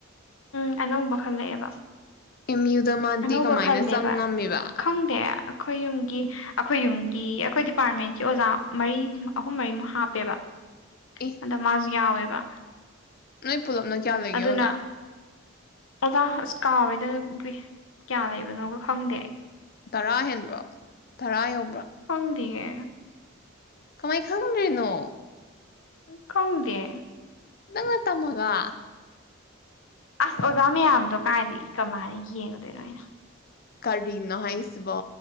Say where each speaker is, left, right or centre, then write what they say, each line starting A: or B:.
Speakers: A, on the left (about 75°); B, on the left (about 45°).
A: ꯎꯝ ꯑꯅꯧꯕ ꯈꯜꯂꯛꯑꯦꯕ
B: ꯑꯦꯝ ꯌꯨꯗ ꯃꯥꯗꯤ
A: ꯑꯅꯧꯕ
B: ꯀꯃꯥꯏꯅ
A: ꯈꯜꯂꯦꯕ
B: ꯆꯪꯉꯝꯃꯦꯕ
A: ꯈꯪꯗꯦ ꯑꯩꯈꯣꯏ ꯌꯨꯝꯒꯤ ꯑꯈꯣꯏ ꯌꯨꯝꯒꯤ ꯑꯈꯣꯏ ꯗꯤꯄꯥꯔꯠꯃꯦꯟꯀꯤ ꯑꯣꯖꯥ ꯃꯔꯤ ꯑꯍꯨꯝ ꯃꯔꯤꯃꯨꯛ ꯍꯥꯞꯄꯦꯕ
B: ꯑꯦ
A: ꯑꯗ ꯃꯥꯖꯨ ꯌꯥꯎꯌꯦꯕ
B: ꯅꯣꯏ ꯄꯨꯂꯞꯅ ꯀꯌꯥ ꯂꯩꯒꯦ
A: ꯑꯗꯨꯅ
B: ꯑꯣꯖ
A: ꯑꯣꯖꯥ ꯑꯁ ꯀꯥꯎꯔꯦꯗ ꯅꯨꯄꯤ ꯀꯌꯥ ꯂꯩꯕꯅꯣꯒ ꯈꯪꯗꯦ
B: ꯇꯔꯥ ꯍꯦꯟꯕ꯭ꯔꯣ ꯇꯔꯥ ꯌꯧ
A: ꯈꯪꯗꯤꯌꯦ
B: ꯀꯃꯥꯏ ꯈꯪꯗ꯭ꯔꯤꯅꯣ
A: ꯈꯪꯗꯦ
B: ꯅꯒꯅꯥ ꯇꯃꯒꯥ
A: ꯑꯁ ꯑꯣꯖꯥ ꯃꯌꯥꯝꯗꯣ ꯀꯥꯏꯗꯒꯤ ꯀꯃꯥꯏꯅ ꯌꯦꯡꯉꯨꯗꯣꯏꯅꯣꯩ ꯑꯩꯅꯥ
B: ꯀꯔꯤꯅ ꯍꯥꯏꯁꯤꯕꯣ